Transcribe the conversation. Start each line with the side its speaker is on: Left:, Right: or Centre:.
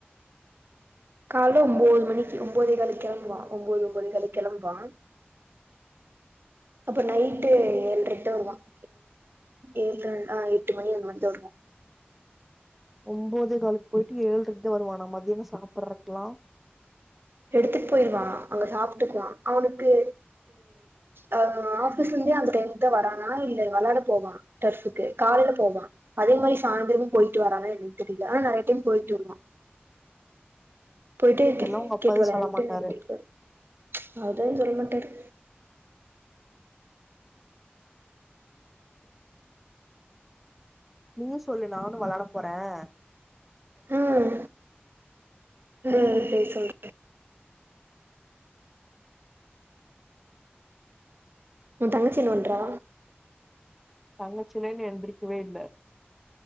Right: கால்ல ஒம்பது மணிக்கு ஒம்பதே காலுக்கு கெளம்புவான் ஒம்பது ஒம்பதே காலுக்கு கெளம்புவான் அப்ப நைட்டு ஏழரைக்கு தான் வருவான் ஏழரை ஆ எட்டு மணி அந்த மாரி தான் வருவான்
Centre: ஒம்பதே காலுக்கு போய்ட்டு ஏழரைக்கு தான் வருவான்னா மதியானம் சாப்றக்கெல்லாம்
Right: எடுத்துட்டு போயிடுவான் அங்க சாப்பிட்டுக்குவான் அவனுக்கு அ ஆஃபீஸ்ல இருந்தே அந்த டைம் தான் வரானா இல்ல விளாட போவான் டிரபுக்கு காலையில போவான் அதே மாதிரி சாயந்தரமும் போயிட்டு வரானான்னு எனக்கு தெரியல ஆனா நறைய டைம் போயிட்டு வருவான் போயிட்டு
Centre: இதெல்லா
Right: கிரிக்கெட்
Centre: உங்க அப்பாவே
Right: விளையானாட்டு
Centre: சொல்ல மாட்டாரு
Right: கேட்டுவாரு அவர்தான் சொல்ல மாட்டாரு
Centre: நீயும் சொல்லு நானும் விளாட போறேன்
Right: ம் ம் செரி சொல் உன் தங்கச்சி என்னா பன்றா
Centre: தங்கச்சிஎல்லாம் இன்னும் எந்திரிக்கவே இல்லை